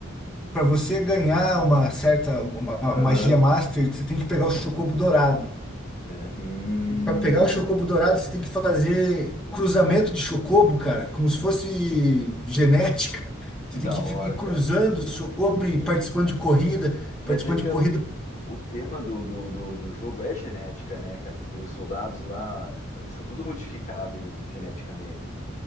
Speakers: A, in the centre; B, on the left (about 35°).
A: Para você ganhar uma certa uma uma
B: Aham.
A: magia master, você tem que pegar o chocobo dourado.
B: É, hum,
A: E para pegar o chocobo dourado, você tem que fazer
B: hum.
A: cruzamento de chocobo, cara, como se fosse genética.
B: que
A: Você
B: da
A: tem que
B: hora,
A: fi- ir cruzando
B: cara.
A: o chocobo
B: Sim.
A: e participando de corrida,
B: Mas
A: participando
B: é que
A: de corrida.
B: o, o tema do, do, do, do jogo é genética, né, cara? Que tem os soldados lá. Eles são tudo modificados, né? Geneticamente, né?